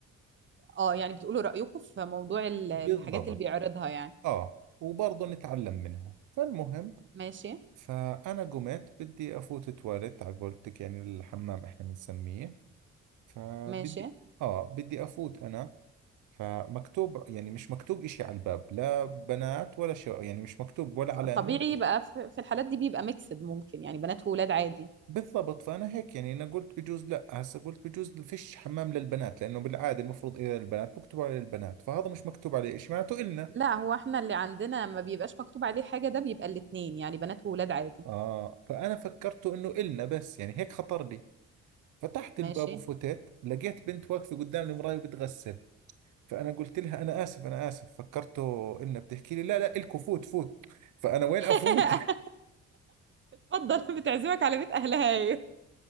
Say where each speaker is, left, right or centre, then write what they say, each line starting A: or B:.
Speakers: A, on the right (about 40°); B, on the right (about 80°).
A: اه يعني بتقولوا رايكم في موضوع ال-
B: بالضبط
A: الحاجات اللي بيعرضها يعني
B: آه وبرضه نتعلم منها فالمهم
A: ماشي
B: فأنا قمت بدي أفوت تواليت على قولتك يعني الحمام إحنا بنسميه فبدي
A: ماشي
B: آه بدي أفوت أنا فمكتوب يعني مش مكتوب إشي على الباب لا بنات ولا شو يعني مش مكتوب ولا
A: ف-
B: علامة
A: طبيعي
B: ولا إشي
A: بقى في في الحالات دي بيبقى ميكسد ممكن يعني بنات وولاد عادي
B: بالضبط فأنا هيك يعني أنا قلت بجوز لا هسا قلت بجوز فيش حمام للبنات لأنه بالعادة المفروض إذا البنات بكتبوا على البنات فهذا مش مكتوب عليه إشي معناته إلنا
A: لا هو احنا اللي عندنا ما بيبقاش مكتوب عليه حاجة ده بيبقى الاتنين يعني بنات وولاد عادي
B: آه فأنا فكرته إنه إلنا بس يعني هيك خطر لي فتحت الباب
A: ماشي
B: وفتت لقيت بنت واقفة قدام المراية وبتغسل فأنا قلت لها أنا آسف أنا آسف فكرته إلنا بتحكي لي لا لا إلكو فوت فوت فأنا وين
A: <laughs>
B: أفوت <laughs>
A: اتفضل بتعزمك على بيت اهلها هي